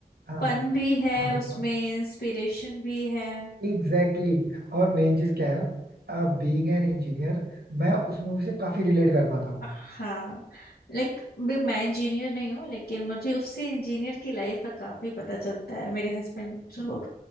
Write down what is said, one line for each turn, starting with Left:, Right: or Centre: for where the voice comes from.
Right: हाँ
Left: फन भी है
Right: हाँ बताओ
Left: उसमें इंस्पिरेशन भी है
Right: Exactly exactly. और मेन चीज क्या है ना बीइंग एन इंजीनियर मैं उस मूवी से काफी रिलेट कर पाता हूँ
Left: हाँ लाइक मैं इंजीनियर नहीं हूँ लेकिन मुझे उससे इंजीनियर की लाइफ का काफी पता चलता है मेरे हस्बैंड जो